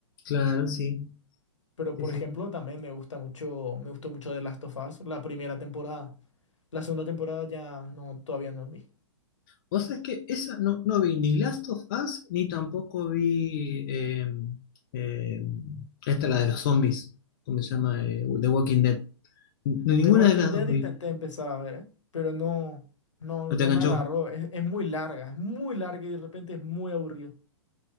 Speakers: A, on the left; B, on the left.
A: claro, sí,
B: Pero
A: sí,
B: por
A: sí.
B: ejemplo, también me gusta mucho, me gustó mucho The Last of Us, la primera temporada. La segunda temporada ya no, todavía no vi.
A: O sea, es que esa no, no vi ni Last of Us, ni tampoco vi eh, eh, esta, la de los zombies, ¿cómo se llama? Eh, The Walking Dead. Ni- Ninguna
B: The Walking
A: de las
B: Dead
A: dos vi.
B: intenté empezar a ver, ¿eh? Pero no, no,
A: ¿No te
B: no
A: enganchó?
B: me agarró. Es, es muy larga, es muy larga y de repente es muy aburrido.